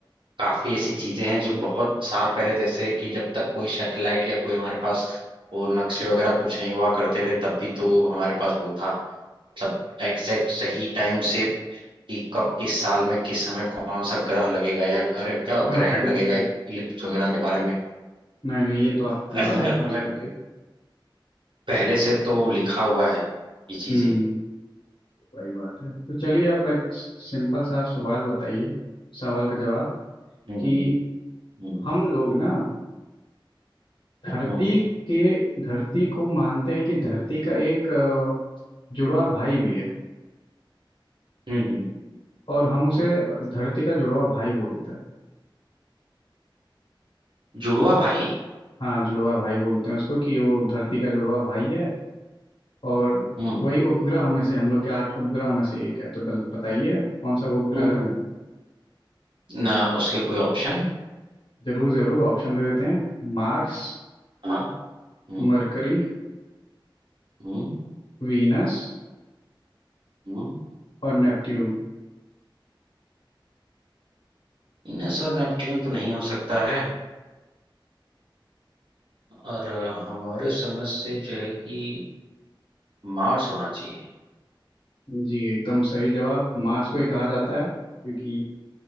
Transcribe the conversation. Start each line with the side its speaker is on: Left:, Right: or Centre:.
Right: काफी ऐसी चीजें हैं जो बहुत साल पहले जैसे कि जब तक कोई सैटेलाइट या कोई हमारे पास वो नक्शे वगैरह कुछ नहीं हुआ करते थे तब भी तो हमारे पास वो था मतलब एग्जैक्ट सही टाइम से कि कब किस साल में किस समय कौन सा ग्रह लगेगा या अरे क्या
Left: हाँ
Right: ग्रहण
Left: हाँ बिल्कुल
Right: लगेगा
Left: बिल्कुल
Right: इलिप्स वगैरह के बारे में
Left: नहीं नहीं ये तो आपने
Right: <clears throat>
Left: बात एकदम
Right: हमें
Left: सही कही
Right: पहले से तो लिखा हुआ है ये चीजें
Left: हम्म तो वही बात है तो चलिए अब एक सिंपल सा सवाल बताइए सवाल का जवाब
Right: हम्म
Left: कि
Right: हम्म
Left: हम लोग ना धरती
Right: हम्म
Left: के धरती को मानते हैं कि धरती का एक जुड़वा भाई भी है
Right: हम्म हम्म।
Left: और हम उसे धरती का जुड़वा भाई बोलते हैं
Right: जुड़वा भाई
Left: हाँ जुड़वा भाई बोलते हैं उसको कि वो धरती का जुड़वा भाई है और
Right: हम्म
Left: वही उपग्रह में से हम लोग के आठ उपग्रह में से एक है तो बल- बताइए कौन सा उपग्रह
Right: हम्म,
Left: है
Right: हम्म, ना उसके कोई ऑप्शन
Left: जरूर जरूर ऑप्शन दे देते हैं मार्स
Right: हाँ हम्म
Left: मरकरी
Right: हम्म
Left: वीनस
Right: हम्म
Left: और नेपट्यून
Right: इनस और नेपट्यून तो नहीं हो सकता है और अ, हमारे समझ से जो है कि मार्स होना चाहिए
Left: जी एकदम सही जवाब मार्स को ही कहा जाता है क्योंकि